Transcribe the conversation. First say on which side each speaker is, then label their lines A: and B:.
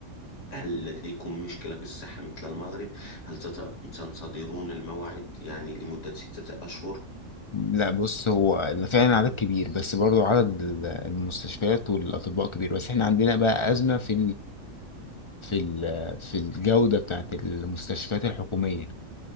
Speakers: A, on the left (about 65°); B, on the left (about 35°).
A: هل لديكم مشكلة في الصحة مثل المغرب؟ هل تت- تنتظرون الموعد يعني لمدة ستة أشهر؟
B: لا بص هو فعلا عدد كبير بس برضو عدد المستشفيات والاطباء كبير بس احنا عندنا بقى ازمه في في ال- في الجودة بتاعت المستشفيات الحكومية